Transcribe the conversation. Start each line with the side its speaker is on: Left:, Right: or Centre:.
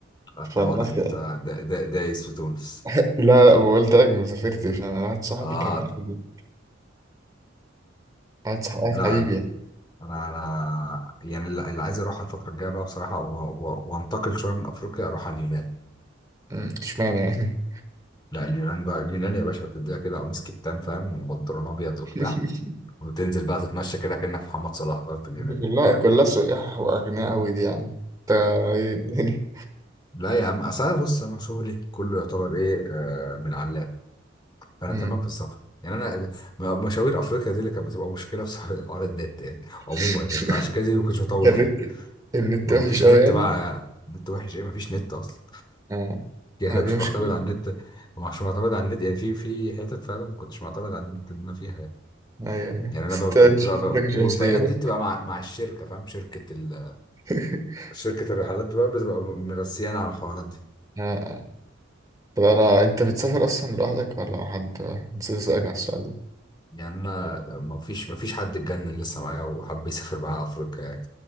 Left: انت
Right: فالناس
Left: واضح ان انت دا- دا- دايس في تونس
Right: لا لا قلت لك ما سافرتش انا واحد صاحبي
Left: اه
Right: كان يعني، واحد صاحبي واحد
Left: لا
Right: حبيبي يعني
Left: انا انا يعني اللي اللي عايز اروح الفترة الجاية بقى بصراحة و- و- وانتقل شوية من افريقيا اروح على اليونان
Right: أمم، اشمعنى يعني
Left: لا اليونان بقى اليونان يا باشا بتديها كده قميص كتان فاهم وبنطلون ابيض وبتاع
Right: <laughs>
Left: وتنزل بقى تتمشى كده كأنك محمد صلاح فاهم في اليونان
Right: دي كلها كلها سياح واغنياء قوي دي يا عم انت ايه الدنيا
Left: لا يا عم اصل أنا بص انا شغلي كله يعتبر ايه آه من علام انا
Right: أمم.
Left: تمام في السفر يعني انا م- مشاوير افريقيا دي اللي كانت بتبقى مشكله بسبب <laughs> حوار النت يعني عموما
Right: <laughs>
Left: يعني عشان كده دي ما كنتش بطول
Right: النت
Left: فيها
Right: النت
Left: ما
Right: وحش
Left: ما فيش
Right: قوي
Left: نت
Right: يعني
Left: بقى نت وحش ايه ما فيش نت اصلا
Right: آه.
Left: يعني
Right: آه
Left: انا
Right: دي
Left: مش
Right: مشكلة
Left: معتمد على النت مش معتمد على النت يعني في في حتت فعلا ما كنتش معتمد على النت اللي انا فيها يعني
Right: أيوة أيوة
Left: يعني انا
Right: بس
Left: ب-
Right: أنت
Left: بتبقى
Right: شكلك
Left: ب-
Right: مش
Left: والبيانات
Right: شمسية بقى
Left: دي بتبقى مع مع الشركه فاهم شركه ال...
Right: <laughs>
Left: شركه الرحلات بقى بتبقى مرسيانه على الحوارات دي
Right: آه. آه. طب أنا أنت بتسافر أصلا لوحدك ولا مع حد؟ نسيت أسألك على السؤال ده
Left: يعني انا ما فيش ما فيش حد اتجنن لسه معايا وحب يسافر معايا افريقيا يعني